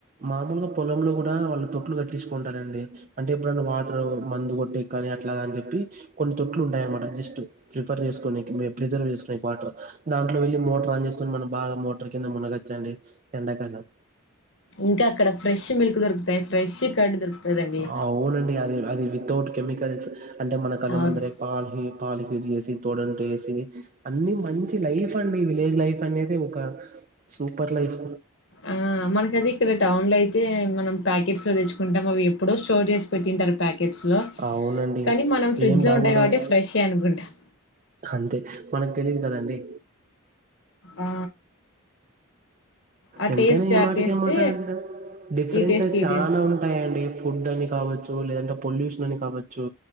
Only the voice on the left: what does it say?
ఇంకా అక్కడ ఫ్రెష్ మిల్క్ దొరుకుతాయి ఫ్రెష్ కర్డ్ దొరుకుతదండి
అవును
ఆ మనకది ఇక్కడ టౌన్ లో అయితే మనం ప్యాకెట్స్ లో తెచ్చుకుంటాం అవి ఎప్పుడో స్టోర్ చేసి పెట్టింటారు ప్యా కెట్స్ లో
కానీ మనం ఫ్రిడ్జ్
లో
ఉంటాయి కాబట్టి ఫ్రెష్ ఏ అనుకుంటాం
ఆ ఆ
టేస్ట్
ఆ
టేస్ట్
ఈ టేస్ట్ ఈ
టేస్ట్